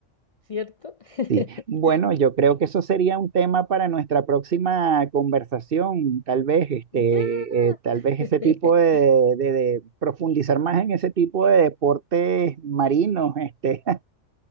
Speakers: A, on the left (about 45°); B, on the right (about 50°).
A: ¿cierto? <laughs>
B: Sí, bueno, yo creo que eso sería un tema para nuestra próxima conversación, tal vez, este,
A: Ya,
B: eh, tal vez ese
A: <laughs>
B: tipo de, de- de profundizar más en ese tipo de deportes marinos, este,